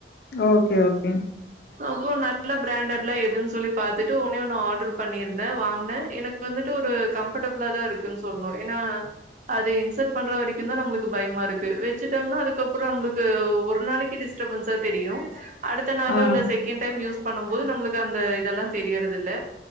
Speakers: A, on the left (about 60°); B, on the right (about 45°).
A: ஓகே ஓகே
B: அப்போ நல்ல பிராண்டட்லா எதுன் சொல்லி பாத்துட்டு ஒன்னே ஒன்னு ஆடர் பண்ணிருந்த வாங்னே எனக் வந்துட்டு ஒரு கம்ஃபர்டபிள்ளாதான் இருக்குன்னு சொல்லணும் ஏன்னா அது இன்சர்ட் பண்ற வரைக்குந்தா நம்மளுக்கு பயமா இருக்கு வெச்சுட்டம்ன்னா அதுக்கப்பறோ நம்மளுக்கு ஒரு நாளைக்கு டிஸ் டிஸ்டபன்ஸா தெரியு அடுத்த நாளு
A: ஆ.
B: இல்ல செகண்ட் டைம் யூஸ் பண்ணும் போது நம்மளுக்கு அந்த இதல்லா தெரியறது இல்ல